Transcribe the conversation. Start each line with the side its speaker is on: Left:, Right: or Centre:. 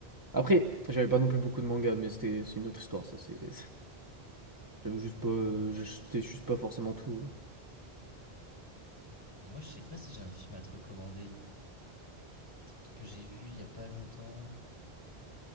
Right: Après, j'avais pas non plus beaucoup de mangas, mais c'était... c'est une autre histoire, ça. C'est... <laughs> J'avais juste pas. J'étais juste pas forcément tout.
Left: Et moi, je sais pas si j'ai un film à te recommander. Attends, que j'ai vu il y a pas longtemps.